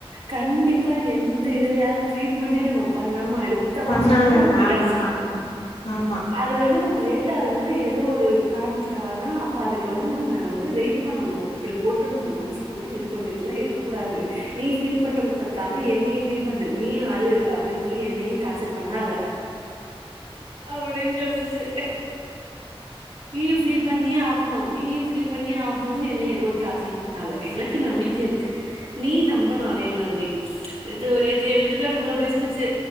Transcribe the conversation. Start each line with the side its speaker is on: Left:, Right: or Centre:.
Right: கண்டிப்பா எந்த இதுலயாது ட்ரீட்மெண்டே நம்ம பண்ணாம அடுத் அடுத்த
Left: பண்ணாத
Right: மாச கூட நமக்கு
Left: ஆமா
Right: கிடைச்சிரு
Left: ஆமா ஆமா ஆமா
Right: அது வந்து நமக்கு லேட் ஆகுதுனு எது ஏதோ ஒரு காரணத்துக்காக தா அப்போ அதுக்கு வந்து நம்ம வந்து வெயிட் பண்ணணு இப்டி போட்டு நம்ம மனசு போட்டு இது பண்ணிட்டுலா இருக்கக்கூடாது நீ பீல் பண்றது பத்தாம என்னைய பீல் பண்ணு நீ அழு அப்டின்னு சொல்லி என்னையு டார்ச்சல் பண்ணாத அப்டின்னு சொல்லுச்சு நீயு ஃபீல் பண்ணி ஆகணு நீயு ஃபீல் பண்ணியே ஆகணும்னு என்னய போட்டு டார்ச்சர் பண்ணாத எனக்கு நம்பிக்க இருக்கு நீ நம்பனு அதே மாதிரி இது நேத்து வீட்டுக்காரு இவ்வளோ பேசுன்னுச் சு